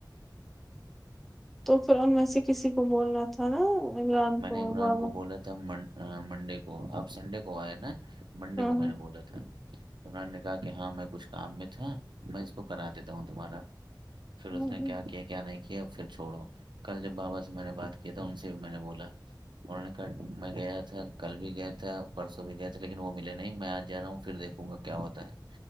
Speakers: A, in the centre; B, on the right.
A: تو پھر ان میں سے کسی کو بولنا تھا نا عمران
B: میں
A: کوور
B: نے عمران
A: بابا
B: کو بولا منڈے کو آپ سنڈے کو آئے نا منڈے
A: ہاں
B: کو
A: ہاں
B: میں نے بولا تھا عران نے کہا کہ ہاں میں کچھ کام میں تھا میں اس کو کرا دیتا ہوں تمہارا پھر
A: ہاں
B: اس نے
A: ہاں۔
B: کیا کیا کیا نہیں کیا کیا پھر چھوڑو کل جب بابا سے میں نے بات کیا تھا ان سے میں نے بولا انہوں نے کہا میں گیا تھا کل بھی گیا تھا پرسوں بھی گئے تھے لیکن وہ ملے نہیں میں آج جا رہا ہوں پھر دیکھ پوں گا کیا ہوتا ہے